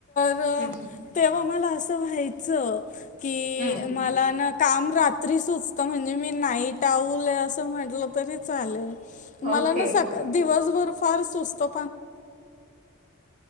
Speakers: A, on the left; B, on the right.
A: तर
B: हं
A: तेव्हा मला असं व्हायचं की
B: हं
A: मला ना काम रात्री सुचतं म्हणजे मी नाईट आवूले असं म्हटलं तरी चालेल. मला
B: ओके
A: ना सका दिवसभर फार सुस्तो